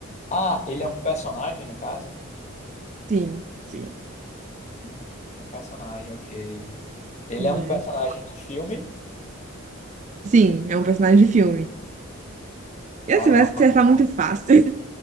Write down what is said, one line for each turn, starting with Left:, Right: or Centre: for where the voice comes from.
Left: Ah, ele é um personagem, no caso?
Right: Sim, sim.
Left: Hum, É um personagem, ok. Ele
Right: É.
Left: é um personagem de filme.
Right: Sim, é um personagem de filme. E
Left: Caramba.
Right: você vai acertar muito fácil.